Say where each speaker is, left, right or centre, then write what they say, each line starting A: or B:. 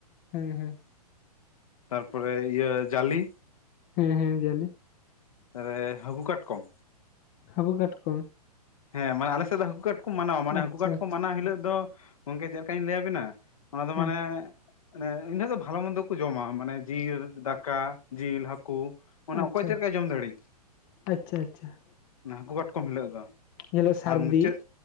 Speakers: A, on the left; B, on the left.
A: ᱦᱮᱸ ᱦᱮᱸ
B: ᱛᱟᱨ ᱯᱚᱨᱮ ᱤᱭᱟᱹ ᱡᱟᱞᱤ
A: ᱦᱮᱸ ᱦᱮᱸ ᱡᱟᱞᱮ
B: ᱨᱮ ᱦᱟᱹᱠᱩ ᱠᱟᱴᱠᱚᱢ
A: ᱦᱟᱹᱠᱩ ᱠᱟᱴᱠᱚᱢ
B: ᱦᱮᱸ ᱢᱟᱱᱮ ᱟᱞᱮ ᱥᱮᱫ ᱫᱚ ᱦᱟᱹᱠᱩ ᱠᱟᱴᱠᱚᱢ ᱢᱟᱱᱟᱣ ᱢᱟᱱᱮ
A: ᱟᱪᱪᱷᱟ
B: ᱦᱟᱹᱠᱩ ᱠᱟᱴᱠᱚᱢ
A: ᱟᱪᱪᱷᱟ
B: ᱢᱟᱱᱟᱣ ᱦᱤᱞᱳᱜ ᱫᱚ ᱜᱚᱝᱠᱮ ᱪᱮᱫ ᱞᱮᱠᱟᱧ ᱞᱟᱹᱭ ᱟᱵᱤᱱᱟ ᱚᱱᱟ ᱫᱚ
A: ᱦᱮᱸ
B: ᱢᱟᱱᱮ ᱢᱟᱱᱮ ᱤᱱᱟᱜ ᱫᱚ ᱵᱷᱟᱞᱮ ᱢᱚᱱᱫᱷᱮ ᱠᱚ ᱡᱚᱢᱟ ᱢᱟᱱᱮ ᱡᱤᱞ ᱫᱟᱠᱟ ᱡᱤᱞ ᱦᱟᱹᱠᱩ ᱚᱱᱮ
A: ᱟᱪᱪᱷᱟ
B: ᱚᱠᱚᱭ ᱪᱮᱫ
A: ᱟᱪᱪᱷᱟ
B: ᱞᱮᱠᱟᱭ ᱡᱚᱢ ᱫᱟᱲᱮᱤᱜ
A: ᱟᱪᱪᱷᱟ ᱟᱪᱪᱷᱟ
B: ᱚᱱᱟ ᱦᱟᱹᱠᱩ ᱠᱟᱴᱠᱚᱢ ᱦᱤᱞᱟᱹᱜ ᱫᱚ
A: ᱧᱤᱞᱚᱜ ᱥᱟᱹᱨᱫᱤ
B: ᱟᱨ ᱢᱩᱪᱟᱹᱫ